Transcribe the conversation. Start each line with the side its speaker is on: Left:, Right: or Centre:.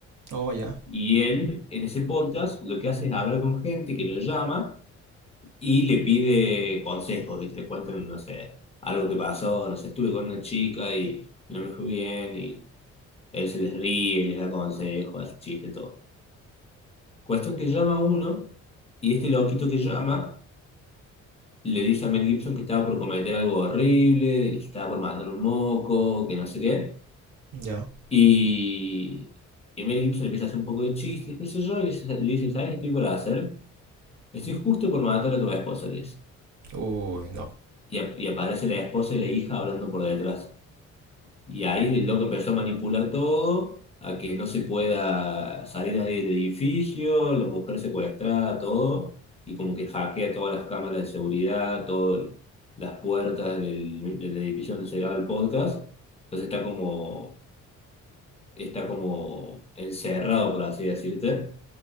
Right: Oh, ya,
Left: Y él, en ese podcast, lo que hace es hablar con gente que lo llama y le pide consejos, ¿viste? Le cuentan, no sé, algo que pasó, no sé, estuve con una chica y no me fue bien, y él se les ríe, les da consejos, hace chiste, todo. Cuestión que llama uno, y este loquito que llama le dice a Mel Gibson que estaba por cometer algo horrible, que estaba por mandar un moco, que no sé qué,
Right: ya.
Left: y, y Mel Gibson empieza a hacer un poco de chiste, qué sé yo, y le dice, le dice, ¿sabes qué estoy por hacer? Estoy justo por matar a tu esposa, le dice.
Right: Uy, no.
Left: Y, ap- y aparece la esposa y la hija hablando por detrás. Y ahí el loco empezó a manipular todo, a que no se pueda salir nadie del edificio, la mujer secuestrada, todo, y como que hackea todas las cámaras de seguridad, todas las puertas del, del edificio donde se graba el podcast. Entonces está como, está como encerrado, por así decirte,